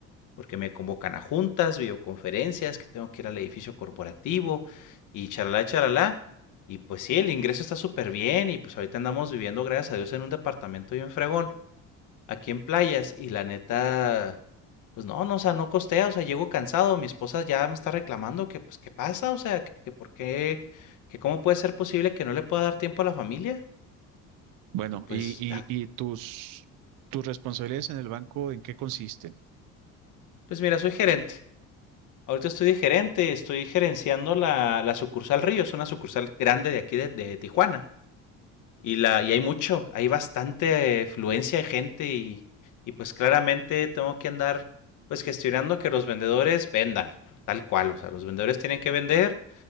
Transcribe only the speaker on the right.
Bueno,
y,
y, y tus, tus responsabilidades en el banco, ¿en qué consisten?